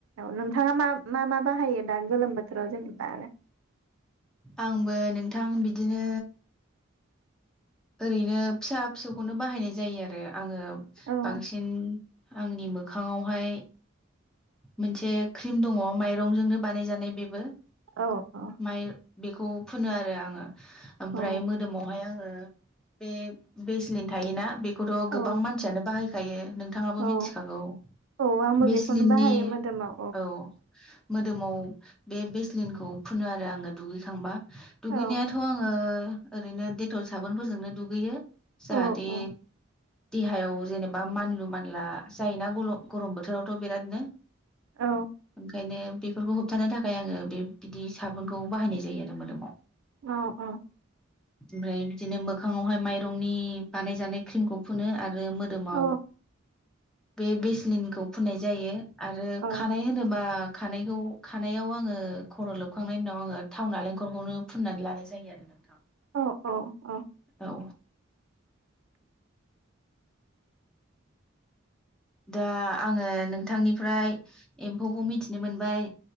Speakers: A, on the right (about 80°); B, in the centre.
A: औ नोंथाङा मा मा मा बाहायो दा गोलोम बोथोराव जेनेबा आरो
B: आंबो नोंथां बिदिनो ओरैनो फिसा फिसौखौनो बाहायनाय जायो आरो। आङो
A: औ
B: बांसिन आंनि मोखाङावहाय मोनसे क्रिम दङ माइरंजोंनो बानायजानाय बेबो
A: औ औ
B: माइ बेखौ फुनो आरो आङो। ओमफ्राय
A: औ
B: मोदोमावहाय आं ओ बे बेसलिं थायोना? खौथ'
A: औ
B: गोबां मानसियानो बाहाय खायो। नोंथाङाबो
A: औ
B: मिथिखागौ
A: औ आंबो
B: बेसे
A: बेखौनो
B: लिननि
A: बाहायो मोदोमाव
B: औ मोदोमाव बे बेस्लिनखौ फुनो आरो आङो दुगैखांबा दुगैनायाथ'
A: औ
B: आङो ओरैनो डेटल साबोनफोरजोंनो दुगैयो जाहाते
A: औ औ
B: देहायाव जेनेबा मानलु मानला जायोना गर-गरम बोथोराव थ' बिरादनो
A: औ
B: ओंखायनो बेफोरखौ होबथानो थाखाय आङो बे बिदि साबुनखौ बाहायनाय जायो आरो मोदोमाव।
A: अ औ
B: ओमफाय बिदिनो मोखाङावहाय माइरंनि बानायजानाय क्रिमखौ फुनो। आरो मोदोमाव
A: औ
B: बे बेसलिन फुननाय जायो आरो
A: औ
B: खानाय होनोबा खानायखौ खानायाव आङो खर' लोबखांनायनि उनाव आङो थाव नालेंखरखौनो फुननानै लानाय जायो आरो नोंथां।
A: अ अ अ
B: औ दा आङो नोंथांनिफ्राय एम्फौखौ मिथि नो मोनबाय